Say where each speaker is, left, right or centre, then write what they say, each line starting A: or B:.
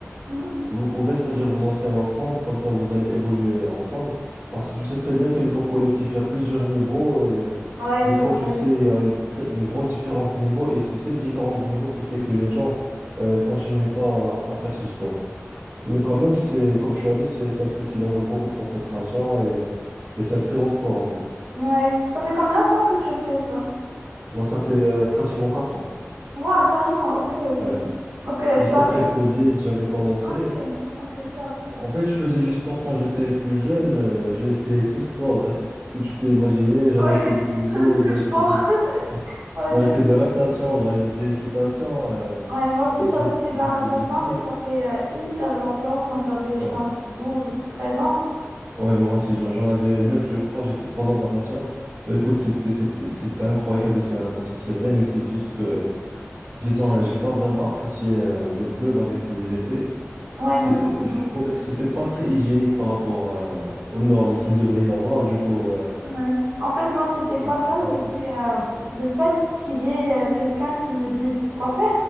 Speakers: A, on the right; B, on the right.
A: Mhm.
B: Vous pouvez, c'est-à-dire vous entraîner ensemble, comme ça vous allez évoluer ensemble. Parce que tu sais très bien que les cours collectifs, il y a plusieurs niveaux et euh,
A: Ouais,
B: des
A: c'est
B: fois,
A: vrai.
B: tu sais, il y a une, très- une grande différence de niveau et c'est cette différence de niveau qui fait que les gens euh, continuent pas à, à faire ce sport. Mais quand même, c'est, comme tu as dit, c'est c'est un truc qui demande beaucoup de concentration et, et c'est un très bon sport en fait.
A: Ouais, ça fait combien de temps que tu le fais ça?
B: Moi, ça fait euh, pratiquement 4 ans.
A: Waouh, carrément, ok, ok.
B: Ouais.
A: ok.
B: Juste
A: tu avais...
B: après le Covid, j'avais commencé.
A: Ok, ok, top.
B: En fait, je faisais du sport quand j'étais plus jeune. euh, j'ai essayé tout sport <laughs> que tu peux imaginer. J'avais
A: Ouais, <laughs>
B: fait du judo,
A: ça, c'est ce
B: de
A: que
B: l'aïkido.
A: je vois. Ouais,
B: J'avais
A: du
B: fait
A: coup-
B: de la natation, j'avais fait de l'équitation. euh,
A: ouais, moi aussi,
B: euh, j'ai
A: j'avais fait de la
B: j'ai
A: natation,
B: fait du foot.
A: mais ça fait euh, hyper longtemps, quand j'avais,
B: Ouais,
A: je pense, douze, treize ans.
B: ouais, moi aussi, j'en j'en avais neuf, je crois. J'ai fait trois ans de natation. Bah, écoute, c'était, c'était, c'était incroyable aussi la natation, c'est vrai, mais c'est juste que, disons, euh, j'ai pas vraiment apprécié euh, le club avec qui j'étais.
A: Ouais,
B: C'est-
A: moi aussi,
B: euh, Je
A: moi aussi.
B: trouvais que c'était pas très hygiénique par rapport euh, aux normes qu'il devrait y avoir. Du coup, euh,
A: Ouais. En fait, moi, c'était pas
B: J'ai
A: ça, c'était
B: pas apprécié.
A: euh, le fait qu'il y ait euh, quelqu'un qui me dise quoi faire.